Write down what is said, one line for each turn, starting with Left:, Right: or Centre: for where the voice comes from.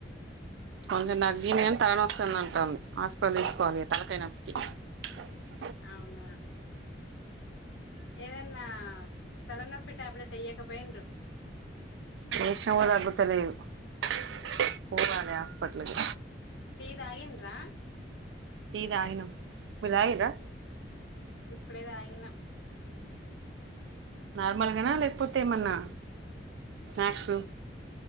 Right: కొంచెం తగ్గినని తలనొస్తుంద అంటుంది హాస్పిటల్ తీసుకోవాలి తల కాయనొప్పికి అ
Left: అవునా ఏదన్నా తలనొప్పి టాబ్లెట్ అయ్యాకపోయిండు
Right: చేసిన కూడా తగ్గుతలేదు న్ పోవాలి హాస్పిటల్ కు
Left: టీ తాగిండ్రా
Right: టీ తాగిన మీరు తాగిండ్రా
Left: ఇప్పుడేదాగిన
Right: నార్మల్గానా లేకపోతే ఏమన్నా స్నాక్స్